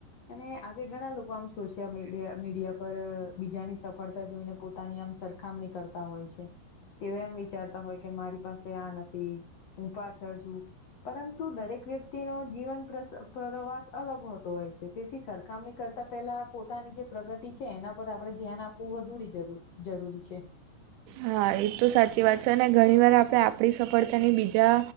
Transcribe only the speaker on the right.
હા એ તો સાચી વાત છે, અને ઘણીવાર આપણે આપણી સફળતાની બીજા